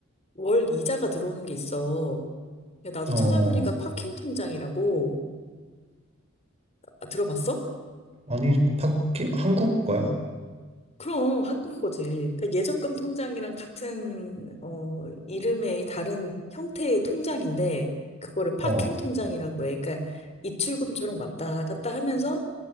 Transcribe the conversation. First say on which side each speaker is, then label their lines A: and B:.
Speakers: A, on the left; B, on the right.
A: 월 이자가 들어오는 게 있어. 그러니까 나도
B: 어,
A: 찾아보니까
B: 어.
A: 파킹 통장이라고 아, 들어봤어?
B: 아니 밖에 한국 거야?
A: 그럼 한국 거지. 그러니까 예적금 통장이랑 같은 어 이름의 다른 형태의 통장인데 그거를 파킹
B: 어,
A: 통장이라고 해. 그러니까 입출금처럼 왔다 갔다 하면서